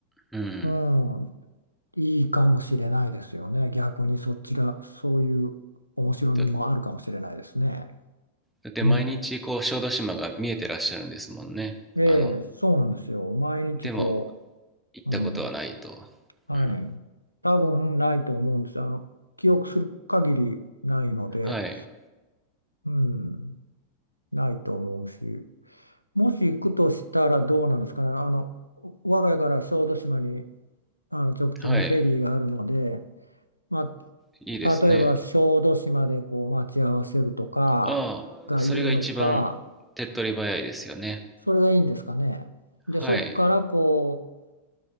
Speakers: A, in the centre; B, on the left.
A: うん、
B: うん、いいかもしれないですよね。逆にそっちが、そういう面白みもあるかもしれないですね。
A: だだって毎日こう小豆島が見えてらっしゃるんですもんねあの
B: みええ、そうなんですよ。毎日こ
A: でも行ったことはないと。
B: う、うん、はい。
A: うん。
B: 多分ないと思うんです。あの、記憶する限りないので、
A: はい。
B: うん、ないと思うし、もし行くとしたらどうなんですかね。あの、我が家から小豆島にあの直通のフェリーがあるので、
A: はい。
B: ま
A: いいですね。
B: あ、例えば小豆島でこう待ち合わせるとかがいいのか、
A: ああ、それが一番手っ取り早いですよね。
B: それがいいんですかね。で、そこからこう、
A: はい。